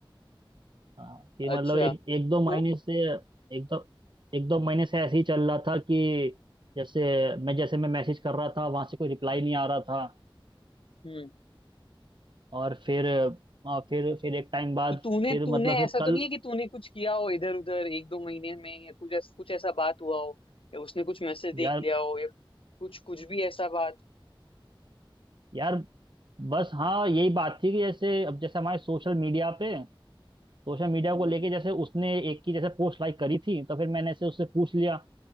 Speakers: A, on the right (about 60°); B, on the left (about 75°).
A: हाँ, कि
B: अच्छा
A: मतलब एक
B: तो
A: एक दो महीने से एक दो एक दो महीने से ऐसे ही चल रहा था कि जैसे मैं जैसे मैं मैसेज कर रहा था वहां से कोई रिप्लाई नहीं आ रहा था
B: हम्म
A: और फिर और फिर फिर एक टाइम बाद
B: तो तूने
A: फिर
B: तूने
A: मतलब फिर
B: ऐसा
A: कल
B: तो नहीं है कि तूने कुछ किया हो इधर उधर एक दो महीने में या कुछ ऐसा कुछ ऐसा बात हुआ हो या उसने कुछ मैसेज देख
A: यार
B: लिया हो या कुछ कुछ भी ऐसा बात
A: यार बस हाँ यही बात थी कि जैसे अब जैसे हमारे सोशल मीडिया पे सोशल मीडिया
B: हम्म
A: को लेके जैसे उसने एक की जैसे पोस्ट लाइक करी थी तो फिर मैंने ऐसे उससे पूछ लिया